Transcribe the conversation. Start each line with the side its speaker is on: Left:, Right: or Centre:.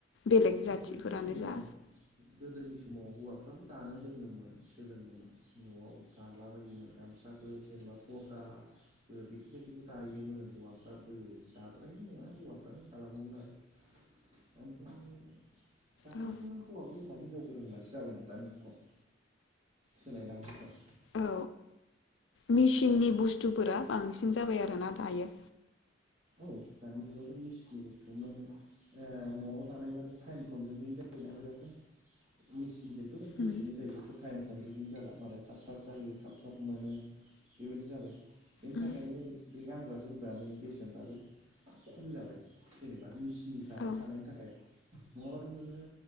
Left: बेलेग जाथिफोरानो
Right: गोदोनि सम
Left: जा
Right: गोदोनि समाव हौवा गोबां दानो रोङोमोन सोलोङोमोन न'आव दालाबायायोमोन गामसाफोर जेनेबा फरदाफोर बेफोरबायदिखौ दायोमोन हौवाफ्राबो दाद्रायनि नङा हौवाफ्रानो खालामोमोन आरो ओमफ्राय दाथ'
Left: औ
Right: नोङो हौवा रोंबा हिजाव बो रोंब्लासो जाबायना दानि जुगाव सोलायलांनो थाखाय
Left: औ मेसिननि बुस्थ थुफोरा बांसिन जाबाय आरो ना दायो
Right: औ दानि जुगावथ' मेसिननि बुस्थु नों ओ न'आव दानायबानो टाइम कनजमिं जायोना बिरादनो मिचिनजों दसेनो
Left: उम
Right: जायो टाइम कनजमिं जाला मालाय थाब थाब जायो थाब थाब मोनो बेबायदि जाबाय बेनि
Left: उम
Right: थाखायनो बे गानग्रा जोमग्रानि बे सेनफ्राबो खम जाबाय जेनेबा मेसिननि था-थानायनि
Left: औ
Right: थाखाय नङाबाथ' नोङो